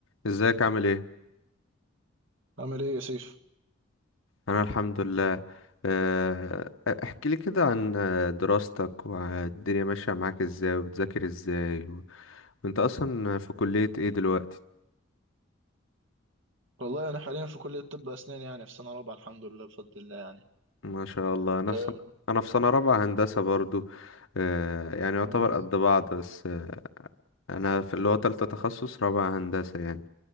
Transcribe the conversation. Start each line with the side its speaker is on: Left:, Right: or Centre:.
Left: ازيك عامل ايه
Right: عامل ايه يا سيف؟
Left: انا الحمد لله آه، احكي لي كده عن آه، دراستك والدنيا ماشية معاك ازاي وبتذاكر ازاي و... وانت اصلا في كلية ايه دلوقتي
Right: والله انا حاليا في كلية طب اسنان يعني في سنة رابعة الحمد لله بفضل الله يعني
Left: ما شاء الله انا
Right: أه.
Left: في سنة انا في سنة رابعة هندسة برضو آه، يعني يعتبر
Right: مم.
Left: قد بعض بس آه، انا في اللي هو تالتة تخصص رابعة هندسة يعني